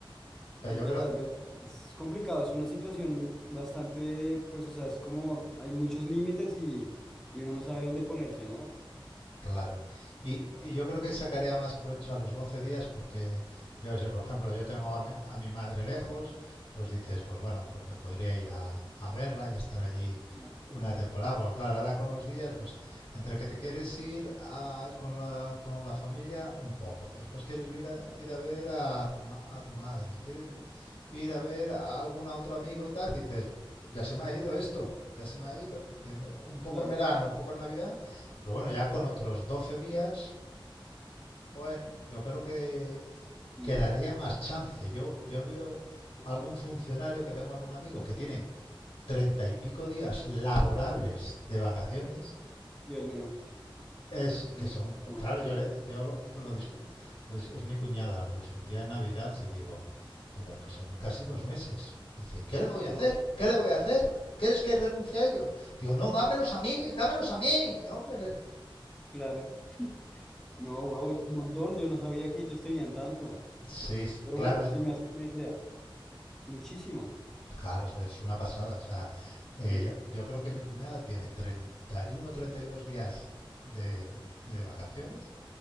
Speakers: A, on the left (about 75°); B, in the centre.
A: pero
B: Es
A: yo
B: verdad,
A: creo
B: es verdad. Es complicado, es una situación bastante, pues, o sea, es como hay muchos límites y, y uno no sabe dónde ponerse, ¿no?
A: Claro. Y, y yo creo que sacaría más provecho a los 12 días porque, yo qué sé, por ejemplo, yo tengo a mi, a mi madre lejos, pues dices, pues bueno, pues me podría ir a, a verla y estar allí
B: Claro.
A: una temporada, porque claro, ahora con los días, pues entre que te quieres ir a- con la, con la familia un poco, después quieres ir a, ir a ver a tu, ma- a tu madre, quieres ir a ver a algún otro amigo y tal, dices, ya se me ha ido esto, ya se me ha ido. Y en- un poco
B: Claro.
A: en verano, un poco en Navidad, pero bueno, ya con otros 12 días, bueno, yo creo que
B: Y,
A: quedaría más chance. Yo, yo veo algún
B: ah,
A: funcionario que tengo algún amigo que tiene treinta y pico días laborables de vacaciones.
B: Dios mío,
A: Es
B: no,
A: que son,
B: no,
A: claro, yo, le, yo lo, lo, discu- lo es mi cuñada, lo discutía en Navidad y digo, pero que son casi dos meses. Y dice, ¿y qué le voy
B: te
A: a hacer?
B: va-
A: ¿Qué le voy a hacer? ¿Quieres que renuncie a ellos? Digo, no, dámelos a mí, dámelos a mí, hombre.
B: claro. No, wow, es un montón. Yo no sabía que ellos tenían tanto.
A: Sí,
B: Pero
A: claro,
B: bueno, sí me hace una idea. Es muchísimo.
A: Claro, eso es una pasada. O sea, eh,
B: Sí,
A: yo, yo creo que mi cuñada tiene 31 o 32 días de, de vacaciones